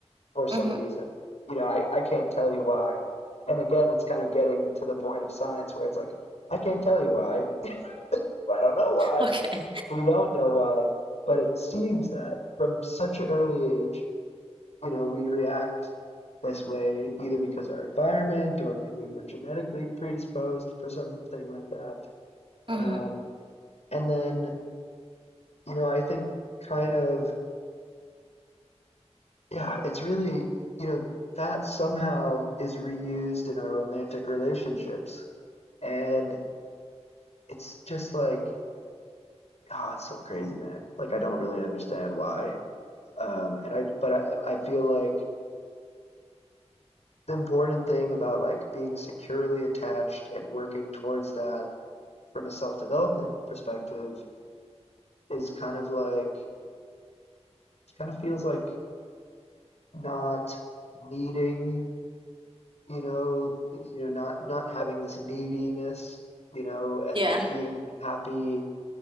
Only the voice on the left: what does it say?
for some
reason. You know, I, I can't tell you why. And again, it's kind of getting to the point of science where it's like, I can't tell you why. <laughs> I don't know why.
We don't know why. But it seems that from such an early age, You know, we react this way either because our environment or maybe we're genetically predisposed for something like that.
Um, and then, you know, I think kind of, yeah, it's really, you know, that somehow is reused in our romantic relationships. And it's just like, oh, it's so crazy, man. Like, I don't really understand why. Um, and I, but I, I feel like the important thing about like being securely attached and working towards that from a self development perspective is kind of like kind of feels like not needing you know you know not not having this neediness you know and
like being happy